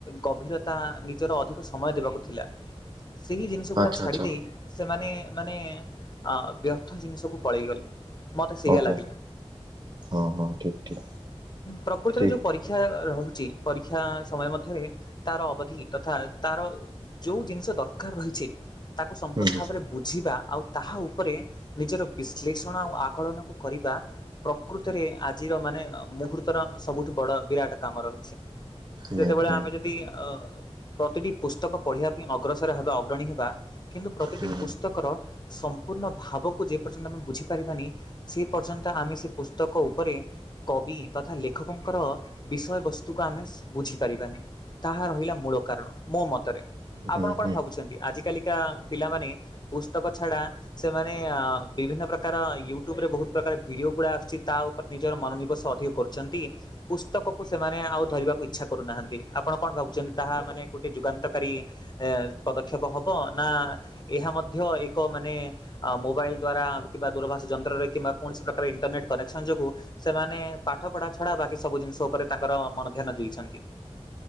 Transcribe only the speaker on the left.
ଗଭୀରତା ନିଜର ଅଧିକ ସମୟ ଦେବାକୁ ଥିଲା। ସେହି ଜିନିଷ ଗୁଡ଼ା
ଛାଡ଼ିଦେଇ
ସେମାନେ ମାନେ ଅ ବ୍ୟର୍ଥ ଜିନିଷ ସବୁ ପଳେଇଗଲେ। ମତେ ସେଇଆ
ଲାଗିଲା,
ପ୍ରକୃତିର
ଯୋଉ ପରୀକ୍ଷା ରହିଛି- ପରୀକ୍ଷା ଆ ସମୟ ମଧ୍ୟରେ ତାର ଅବଧି ତଥା ତାର ଯୋଉ ଜିନିଷ ଦର କାର ରହିଛି। ତାକୁ ସମ୍ପୂର୍ଣ୍ଣ
ଭାବରେ ବୁଝିବା ଆଉ ତାହା ଉପରେ ନିଜର ବିଶ୍ଳେଷଣ ଆଉ ଆକଳନକୁ କରିବା ପ୍ରକୃତରେ ଆଜିର ମାନେ ମୁହୂର୍ତ୍ତର ସବୁଠୁ ବଡ ବିରାଟ କାମ ରହିଛି।
ଯେତେବେଳେ
ଆମେ ଯଦି ଅ ପ୍ରତିଟି ପୁସ୍ତକ ପଢ଼ିବା ପାଇଁ ଅଗ୍ରସର ହେବା ଅଗ୍ରଣୀ ହେବା କିନ୍ତୁ ପ୍ରତିଟି
ପୁସ୍ତକର ସମ୍ପୂର୍ଣ୍ଣ ଭାବକୁ ଯେପର୍ଯ୍ୟନ୍ତ ଆମେ ବୁଝିପାରିବାନି, ସେ ପର୍ଯ୍ୟନ୍ତ ଆମେ ସେ ପୁସ୍ତକ ଉପରେ କବି ତଥା ଲେଖକଙ୍କର ବିଷୟବସ୍ତୁକୁ ଆମେ ବୁଝିପାରିବାନି ତାହା ରହିଲା ମୂଳ କାରଣ ମୋ ମତରେ ଆପଣ
କଣ
ଭାବୁଛନ୍ତି ଆଜିକାଲିକା ପିଲାମାନେ ପୁସ୍ତକ ଛାଡ଼ା ସେମାନେ ବିଭିନ୍ନ ପ୍ରକାର ୟୁଟ୍ୟୁବରେ ବହୁତ ପ୍ରକାର ଭିଡ଼ିଓ ଗୁଡ଼ା ଆସୁଛି, ତା ଉପରେ ନିଜର ମନୋନିବେଶ ଅଧିକ କରୁଛନ୍ତି, ପୁସ୍ତକକୁ ସେମାନେ ଆଉ ଧରିବାକୁଛ ଇଚ୍ଛା କରୁନାହାନ୍ତି ଆପଣ କଣ ଭାବୁଛନ୍ତି ତାହା ମାନେ ଗୋଟେ ଯୁଗାନ୍ତକାରୀ ପଦକ୍ଷେପ ହେବ ନା ଏହା ମଧ୍ୟ ଏକ ମାନେ ମୋବାଇଲ ଦ୍ଵାରା କିମ୍ବା ଦୂରଭାଷ ଯନ୍ତ୍ରରେ କିମ୍ବା କୌଣସି ପ୍ରକାର ଇଣ୍ଟରନେଟ୍ କନେକ୍ସନ୍ ଯୋଗୁଁ, ସେମାନେ ପାଠ ପଢ଼ା ଛଡ଼ା ବାକି ସବୁ ଜିନିଷ ଉପରେ ତାଙ୍କର ମନ ଧ୍ୟାନ ଦେଇଛନ୍ତି।